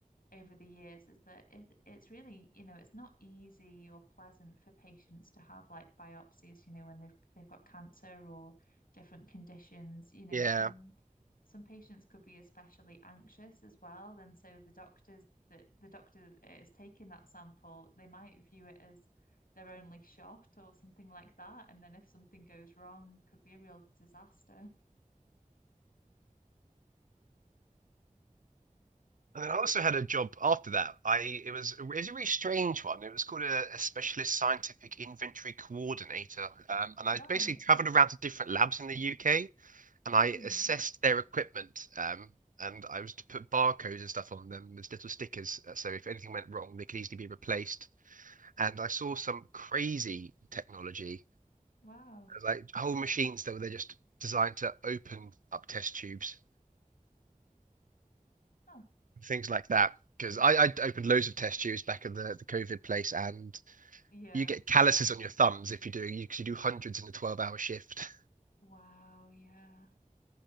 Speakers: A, on the left; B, on the right.
A: over the years is that it, it's really, you know, it's not easy or pleasant for patients to have like biopsies, you know, when they've they've got cancer or different conditions, you know,
B: yeah.
A: some some patients could be especially anxious as well. And so the doctors that the doctor that is taking that sample, they might view it as their only shot or something like that. And then if something goes wrong, could be a real disaster.
B: And then I also had a job after that. I it was it was a really strange one. It was called a, a specialist scientific inventory coordinator, um, and
A: Right.
B: I basically travelled around to different labs in the UK and
A: Mm.
B: I assessed their equipment. Um, and I was to put barcodes and stuff on them as little stickers, uh, so if anything went wrong, they could easily be replaced. And I saw some crazy technology,
A: Wow.
B: like whole machines that were they just designed to open up test tubes
A: Huh.
B: things like that. Because I, I opened loads of test tubes back in the, the COVID place, and
A: Yeah.
B: you get calluses on your thumbs if you do, because you you do hundreds in a 12 hour shift.
A: Wow, yeah.